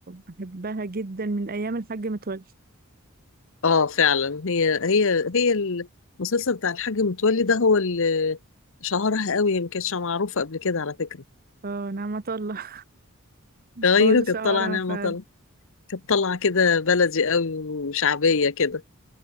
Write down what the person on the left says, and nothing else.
اه فعلا هي هي هي المسلسل بتاع الحاج متولي ده هو اللي شهرها قوي هي ما كانتش معروفه قبل كده على فكره
غيره
كانت
طالعه نعمه
طالعه كانت طالعه كده بلدي قوي وشعبيه كده